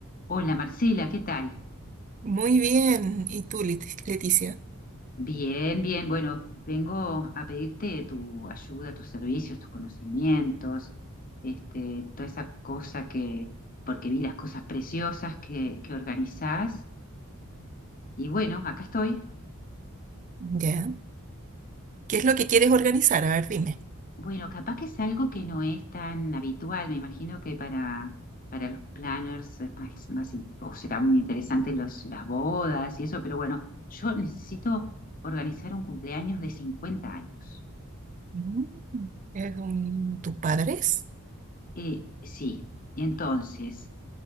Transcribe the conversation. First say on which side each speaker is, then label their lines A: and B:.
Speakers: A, on the left; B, on the right.
A: Hola Marcela, ¿qué tal?
B: Muy bien. ¿Y tú, Lit- Leticia?
A: Bien, bien. Bueno, vengo a pedirte tu ayuda, tus servicios, tus conocimientos, este, toda esa cosa que, porque vi las cosas preciosas que, que organizás. Y bueno, acá estoy.
B: Ya. ¿Qué es lo que quieres organizar? A ver, dime.
A: Bueno, capaz que es algo que no es tan habitual. Me imagino que para, para los planners es más, más in- o será muy interesante los, las bodas y eso, pero bueno, yo necesito organizar un cumpleaños de 50 años.
B: Mm, ¿Es un- tus padres?
A: Eh, sí, entonces,